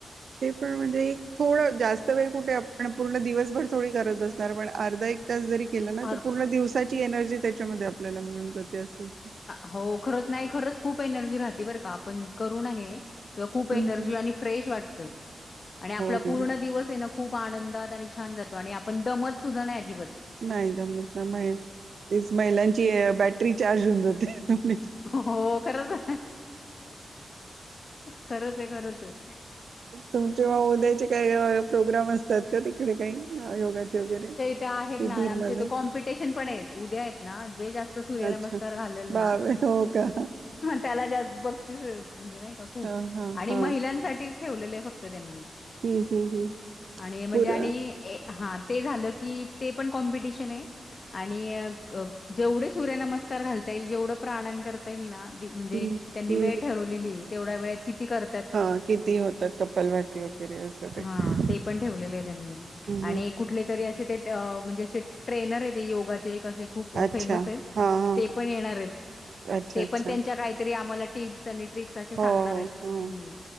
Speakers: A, on the right; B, on the left.
A: ते पण म्हणजे एक थोडं जास्त वेळ कुठे आपण, पूर्ण दिवसभर थोडी करत बसणार पण अर्धा एक. त्या जरी केला ना
B: अर
A: ते पूर्ण दिवसाची एनर्जी, त्यांच्यामध्ये आपल्याला मिळून जाते असं होतंय.
B: हो खरंच नाही खरंच खूप एनर्जी राहते, बरं का आपण करू ना हे तेव्हा खूप
A: हं,
B: एनर्जी
A: हं.
B: आणि. फ्रेश वाटत, आणि
A: हो
B: आपला
A: ना
B: पूर्ण दिवस ये ना. खूप आनंदात आणि छान जातो, आणि आपण दमत सुद्धा नाही अजिबात.
A: नाही दमत नाही म तेच, महिलांची बॅटरी चार्ज होऊन जाते. <inaudible>
B: हो खरंच आहे. खरंच ये, खरंच ये.
A: तुमचे म उद्याचे काही प्रोग्राम असतात का, तिकडे काही योगाचे वगैरे.
B: ते आहेत
A: शिबिर
B: ना आमचे
A: मध्ये
B: इथ कॉम्पिटिशन पण येत, उद्या आहेत ना जे जास्त. तो सूर्य
A: अच्छा
B: नमस्कार घालेल
A: बावे
B: ना.
A: हो का
B: त्याला‌‌ जास्त बक्षीस म्हणजे नाही का, खूप
A: हा हा
B: आणि
A: हा
B: महिलांसाठीच ठेवलेले आहे फक्त त्यांनी.
A: हम्म हम्म हम्म
B: आणि म्हणजे
A: पुर
B: आणि ये. हा ते झालं की ते, पण कॉम्पिटिशन ये. आणि जेवढं सूर्यनमस्कार घालता येईल, जेवढं प्राणायाम कर म्हणजे
A: हम्म
B: त्यांनी
A: हम्म
B: वेळ ठरवलेली तेवढ्या, वेळेत किती कर
A: हा किती होतात, कपालभाती वगैरे असं ते.
B: हां. ते पण ठेवलेलं आहे त्यांनी. आणि
A: हम्म
B: कुठले तरी असे ते म्हणजे, असे ट्रेनर आहे ते योगाचे कसे. खूप
A: अच्छा
B: फेमस येतं‌.
A: हा हा
B: ते पण येणार आहेत
A: अच्छा
B: ते,
A: अच्छा
B: पण त्यांच्या काहीतरी आम्हाला. टीप्स आणि, ट्रिक्स असे सांगणार
A: हो हो
B: आहेत,
A: हम.
B: की